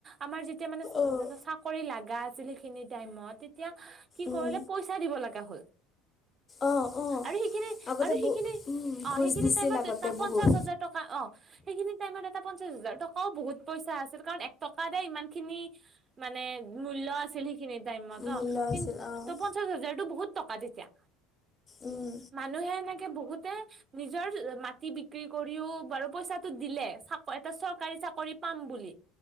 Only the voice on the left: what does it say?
অ'
উম
অ। অ'
আগতে
ব উম,
ঘোচ
দিছিল
আগতে
বহুত
মূল্য
আছিল অ'
উম,